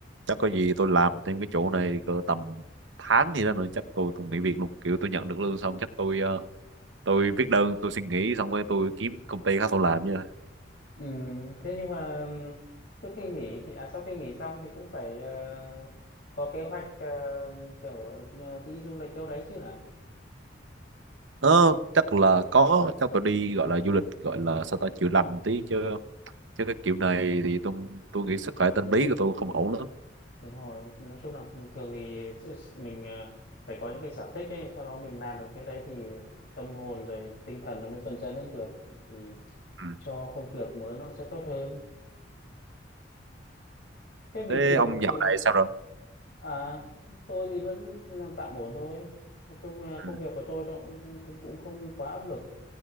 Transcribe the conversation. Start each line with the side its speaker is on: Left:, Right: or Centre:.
Right: chắc có gì tôi làm thêm cái chỗ này cỡ tầm tháng gì đó nữa chắc tôi cũng nghỉ việc luôn kiểu tôi nhận được lương xong chắc tôi ờ, tôi viết đơn tôi xin nghỉ xong rồi tôi kiếm công ty khác tôi làm nha
Left: Ừ, thế nhưng mà ừm, trước khi nghỉ thì à sau khi nghỉ xong thì cũng phải ờ, có kế hoạch ờ, kiểu ờ, đi du lịch đâu đấy chứ hả?
Right: ờ, chắc là có chắc tôi đi gọi là du lịch gọi là sao ta chữa lành tí chứ chứ cái kiểu này thì tôi tôi nghĩ sức khỏe tâm lý của tôi không ổn lắm
Left: đúng rồi nói chung là thường thì s- s- mình à, phải có những cái sở thích ấy sau đó mình làm được cái đấy thì tâm hồn rồi tinh thần nó mới phấn chấn lên được thì
Right: ừ.
Left: cho công việc mới nó sẽ tốt hơn thế bình
Right: thế
Left: thường
Right: ông dạo
Left: thì
Right: này sao rồi
Left: à tôi thì vẫn là tạm ổn thôi nói chung là
Right: ừ.
Left: công việc của tôi nó cũng cũng cũng không quá áp lực